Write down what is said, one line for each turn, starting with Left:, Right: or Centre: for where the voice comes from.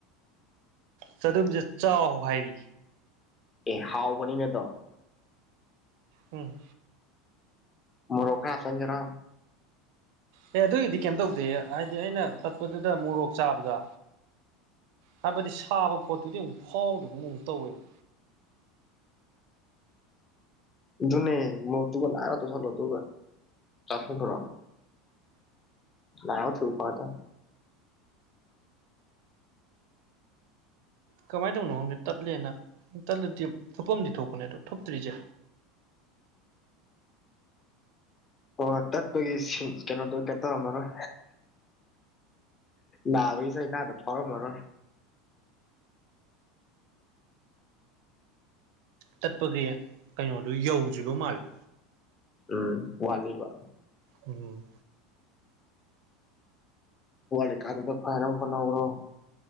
Right: ꯆꯗꯨꯝꯁꯦ ꯆꯥꯎ ꯍꯥꯏꯔꯤ
Left: ꯑꯦ ꯍꯥꯎꯕꯅꯤꯅꯗꯣ
Right: ꯎꯝ
Left: ꯃꯔꯣꯈꯁꯪꯖꯔ
Right: ꯑꯦ ꯑꯗꯨꯒꯤꯗꯤ ꯀꯩꯝ ꯇꯧꯗꯦ ꯍꯥꯏꯗꯤ ꯑꯩꯅ ꯇꯠꯄꯗꯨꯗ ꯃꯣꯔꯣꯛ ꯆꯥꯕꯗ ꯍꯥꯏꯕꯗꯤ ꯁꯥꯕ ꯄꯣꯠꯇꯨꯗꯤ ꯑꯃꯨꯛ ꯐꯥꯎꯕꯗꯨꯒꯨꯝ ꯑꯃꯨꯛ ꯇꯧꯋꯦꯕ
Left: ꯑꯗꯨꯨꯅꯦ ꯃ ꯇꯨꯡꯒꯅꯔꯥ ꯇ ꯊꯂꯣ ꯇ ꯆ ꯊ ꯂꯥꯎ ꯊ ꯎ ꯄꯇ
Right: ꯀꯃꯥꯏꯅ ꯇꯧꯅꯣ ꯈꯪꯗꯦ ꯇꯠꯂꯦꯅ ꯇꯠꯂꯗꯤ ꯊꯨꯞꯐꯝꯗꯤ ꯊꯣꯛꯄꯅꯦ ꯑꯗꯣ ꯊꯨꯞꯇ꯭ꯔꯤꯁꯦ
Left: ꯑꯣ ꯇꯠꯄꯒꯤ ꯀꯩꯅꯣꯗ ꯇꯧꯔꯝꯃꯔꯣꯏ ꯅꯥꯕꯁꯅꯅꯥꯗ ꯐꯔꯝ ꯐꯔꯣ
Right: ꯇꯠꯄꯒꯤ ꯀꯩꯅꯣꯗꯨ ꯌꯧꯗ꯭ꯔꯤꯕ ꯃꯥꯜꯂꯦ
Left: ꯎꯝ ꯋꯥꯗꯜꯕ
Right: ꯎꯝ
Left: ꯋꯥꯔ ꯀꯝꯗ ꯐꯥꯏꯔ ꯐꯅ꯭ꯔꯣ